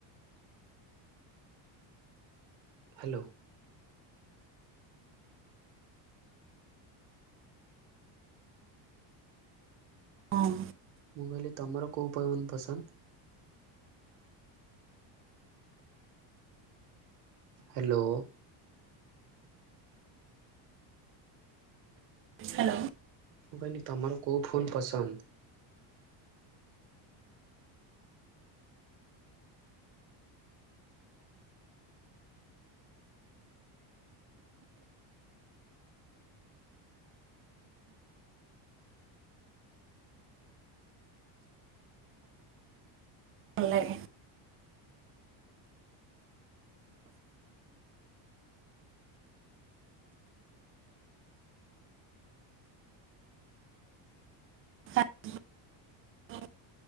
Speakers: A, on the right; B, on the right.
A: ହାଲୋ।
B: ହଁ।
A: ମୁଁ କହିଲି ତମର କୋଉ ଫୋନ୍ ପସନ୍ଦ? ହେଲୋ।
B: ହାଲୋ।
A: ମୁଁ କହିନି ତମର କୋଉ ଫୋନ୍ ପସନ୍ଦ?
B: ଭଲ ଲାଗେ। <inaudible>